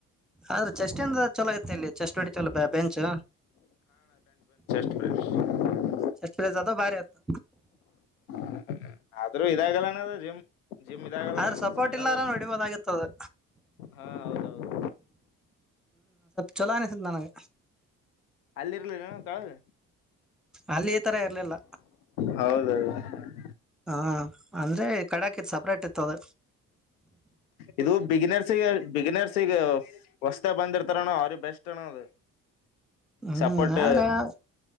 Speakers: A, in the centre; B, on the left.
A: ಆದ್ರೆ ಚೆಸ್ಟಿಂದ ಛಲೋ ಆಗತ್ತ ಎಲ್ಲಿ. ಚೆಸ್ಟ ಹೊಡಿತ್ವಿ ಅಲ್ ಅಪ್ಪ್ಯಾ ಬೆಂಚು.
B: ಬಸ್.
A: ಚಷ್ಟಪ್ರೇ ಝಾದಾ ಭಾರಿ ಆತ್ತೊ.
B: <unintelligible> ಆದ್ರೂ ಇದಾಗಲ್ಲಣ ಅದ ಜಿಮ್ ಜಿಮ್ ಇದಾಗಲ್ಲಣ್ಣ
A: ಆದ್ರ ಸಪೋರ್ಟ್
B: ಸಣ್ಣದು
A: ಇಲ್ಲಾರ ಹೊಡಿಬೋದಾಗಿತ್ತು ಅದು
B: ಹಾ ಹೌದೌದು.
A: ಛೊಲೋ ಅನಿಸನ್ ನನಗ.
B: ಅಲ್ಲಿ ಇರ್ಲಿಲ್ಲ ಏನ ತಳಗ
A: ಅಲ್ಲಿ ಈ ತರ ಇರ್ಲಿಲ್ಲ
B: ಹೌದ <unintelligible>
A: ಹಾ ಅಂದ್ರೆ ಕಡಕ ಇತ್ ಸಪ್ರೇಟ್ ಇತ್ತ ಅದ.
B: ಇದು ಬಿಗೆನೆರ್ಸಿಗೆ ಬಿಗಿನರ್ಸಿಗೆವ. ಹೊಸ್ತಾಗಿ ಬಂದಿರ್ತಾರಣ ಅವ್ರಿಗ ಬೆಸ್ಟ್ ಅಣ ಅದು.
A: ಹ್ಮ್
B: ಸಪೋರ್ಟ್
A: ಆದ್ರೆ ಯಾವ್.